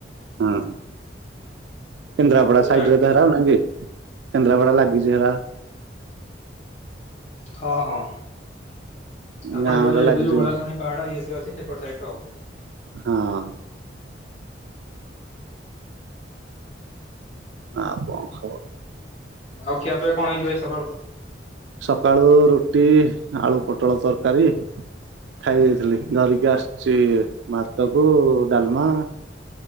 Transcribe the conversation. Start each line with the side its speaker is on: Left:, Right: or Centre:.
Right: ହଁ କେନ୍ଦ୍ରାପଡା
Left: ଆପଣ ଯୋଉ
Right: ସାଇଡରେ
Left: ଯାଇ
Right: ତ ଆଉ ନାଗୀ କେନ୍ଦ୍ରାପଡ଼ା ଲାଗିଛି ହେରା।
Left: ହଁ ହଁ ଆପଣ
Right: ଗାଁ
Left: ଏପଟେ
Right: ଗୁରା
Left: ଯାଇଥିଲେ
Right: ଲାଗିଛି
Left: ଜୋଉ
Right: ମୋର
Left: ଓଳାଶୁଣି। ପାହଡ ଇଏ ସିଏ ଅଛି। ଏପଟ ସାଇଡର ଆଉ।
Right: ହଁ। ଆଉ କଣ ଖବର?
Left: ଆଉ ଖିଆ ପିଆ କଣ ହେଇଛି ଭାଇ ସକାଳୁ?
Right: ସକାଳୁ ରୁଟି ଆଳୁ ପୋଟଳ ତରକାରୀ ଖାଇ ଦେଇଥିଲି ଧରିକି ଆସୁଛି ଭାତ କୁ ଡାଲମା